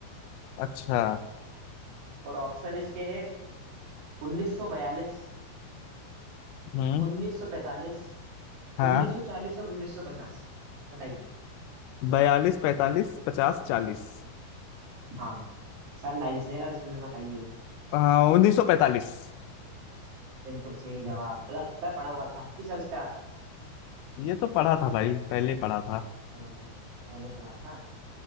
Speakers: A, on the left; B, on the right.
A: अच्छा
B: और ऑप्शन इसके है 1942
A: हम्म
B: 1945
A: हाँ
B: 1940 और 1950 बताइए
A: बयालीस पैतालीस पचास चालीस
B: हाँ सारे लाइन से है अब इसमें से बताइए
A: उन्नीस सौ पैतालीस
B: बिल्कुल सही जवाब लगता है पढ़ा हुआ था किस साल इसका था
A: ये तो पढ़ा था भाई पहले पढ़ा था
B: हाँ, मैंने पढ़ा था